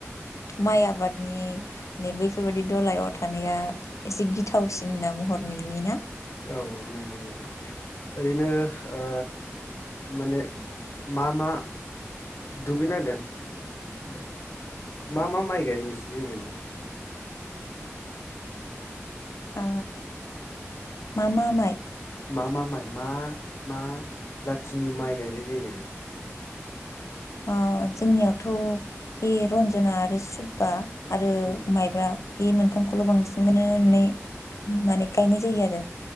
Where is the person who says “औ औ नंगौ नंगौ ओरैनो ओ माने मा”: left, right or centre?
Left